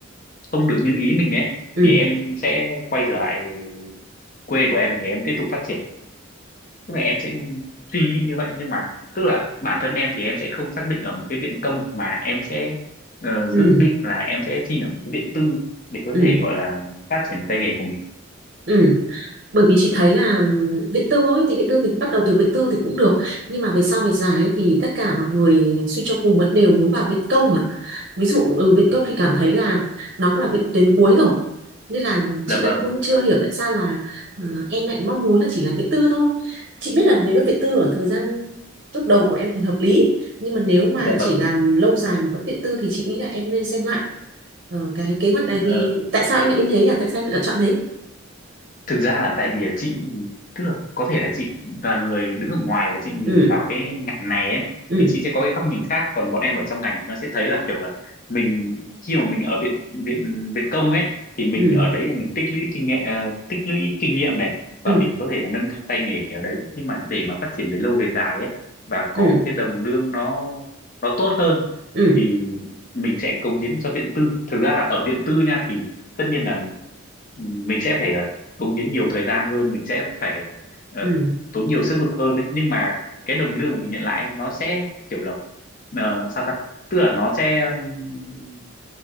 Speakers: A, on the left; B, on the right.
A: không được như ý mình ấy
B: ừ
A: thì em sẽ quay trở lại quê của em để em tiếp tục phát triển tức là em sẽ suy nghĩ như vậy nhưng mà tức là bản thân em thì em sẽ không xác định ở một cái viện công mà em sẽ ờ, dự
B: ừ
A: định là em sẽ xin ở một cái viện tư để có
B: ừ
A: thể gọi là phát triển tay nghề của mình
B: ừ bởi vì chị thấy là viện tư ấy thì viện tư thì bắt đầu từ viện tư thì cũng được nhưng mà về sau về dài ấy, thì tất cả mọi người suy cho cùng vẫn đều muốn vào viện công mà ví dụ ừ, viện công thì cảm thấy là nó cũng là viện tuyến cuối rồi nên là
A: dạ
B: chị đang
A: vâng
B: cũng chưa hiểu tại sao là ờ, em lại mong muốn là chỉ làm viện tư thôi chị biết là nếu mà viện tư ở thời gian lúc đầu của em thì hợp lý nhưng mà nếu mà
A: dạ
B: chỉ
A: vâng
B: làm lâu dài mà vẫn viện tư thì chị nghĩ là em nên xem lại Ờ, cái kế hoạch này
A: Ờ,
B: thì tại sao em lại như thế nhỉ tại sao em lại lựa chọn thế
A: thực ra là tại vì là chị tức là có thể là chị là người đứng ở ngoài và chị nhìn
B: ừ
A: vào cái ngành này ấy
B: ừ
A: thì chị sẽ có cái góc nhìn khác còn bọn em ở trong ngành thì nó sẽ thấy là kiểu là mình khi mà mình ở viện viện viện công ấy thì mình
B: ừ
A: ở đấy là mình tích lũy kinh nghiệm ờ, tích lũy kinh nghiệm này và
B: ừ
A: mình có thể là nâng cao tay nghề ở đấy nhưng mà để mà phát triển về lâu về dài ấy và có
B: ừ
A: một cái đồng lương nó nó tốt hơn
B: ừ
A: thì mình sẽ cống hiến cho viện tư thực ra là ở viện tư nha thì tất nhiên là mình sẽ phải ờ, cống hiến nhiều thời gian hơn mình sẽ phải ờ,
B: ừ
A: tốn nhiều sức lực hơn đấy nhưng mà cái đồng lương của mình nhận lại ấy, nó sẽ kiểu là ờ, làm sao ta tức là nó sẽ ừm,